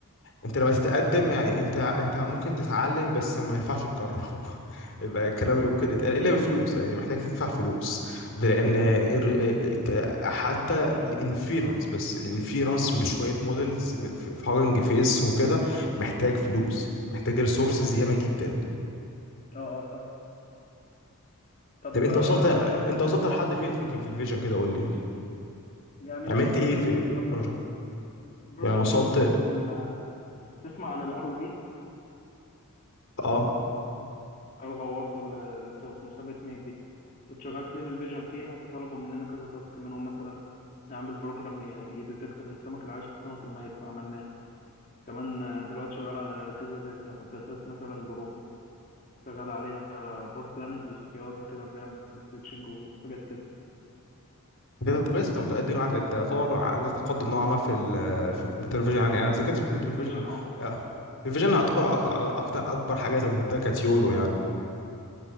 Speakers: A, on the left; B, on the left.
A: انت لما تتقدم يعني انت انت ممكن تتعلم بس ما ينفعش تجرب <laughs> يبقى الكلام اللي ممكن يتقال الا بفلوس يعني محتاج تدفع فلوس ده لان ال- ات- حتى الانفيرنس بس الانفيرنس
B: امم
A: بشويه مودلز في في هاجنج فيس وكده محتاج فلوس محتاج ريسورسز ياما جدا
B: اه اه فاهم طب
A: طب انت
B: آه،
A: وصلت انت
B: مش حاسس
A: وصلت لحد فين في في الفيجن كده قول لي
B: يعني
A: عملت
B: شغلت
A: ايه
B: انسز
A: في البروجكت
B: مثلا بروجكت
A: يعني وصلت
B: مثلا كان آه، تسمع عن الار او بي
A: اه
B: الغواصه اللي اللي بتبقى في مسابقه ميت دي كنت شغال في تيم الفيجن فيها فطلبوا مننا كذا تاسك منهم مثلا نعمل بروجرام يديتكت من السمك العايش في السمك الميت فعملناه كمان آه، دلوقتي شغال على كذا داتا داتا مثلا جروح شغال عليها بوست بلاننج للخياطه كده بيعمل ستيتشنج وحاجات كده
A: ده كويس انت متقدم يعني انت يعتبر عندك تقدم نوعا ما في ال في الكمبيوتر فيجن يعني انا ما ذاكرتش الكمبيوتر
B: في الفيجن
A: فيجن
B: اه
A: آه، الفيجن يعتبر أك- اكتر اكبر حاجه اتعلمتها كانت يولو يعني